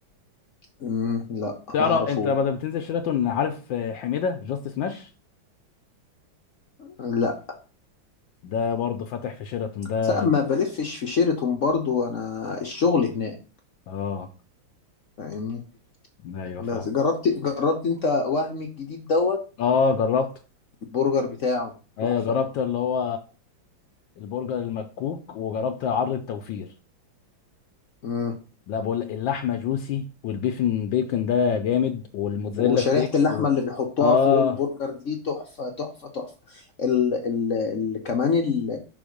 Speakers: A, on the left (about 55°); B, on the left (about 75°).
A: مم. لا
B: تعرف
A: ما اعرفوش
B: انت بدل بتنزل شيراتون عارف آه، حميده جاست سماش
A: لا
B: ده برضه فاتح في شيراتون ده
A: بس ما بلفش في شيراتون برضو انا الشغل هناك
B: اه
A: فاهمني
B: ايوه
A: بس
B: فاهم
A: جربت جربت انت وهمي الجديد دوت
B: اه جربت
A: البرجر بتاعه
B: ايوه
A: تحفة
B: جربت اللي هو البرجر المكوك وجربت عرض التوفير
A: مم.
B: لا بقول لك اللحمه جوسي والبيفن بيكن ده جامد والموتزاريلا
A: وشريحة
B: ستيكس
A: اللحمة
B: و...
A: اللي بيحطوها
B: اه
A: فوق البرجر دي تحفة تحفة تحفة ال ال ال كمان ال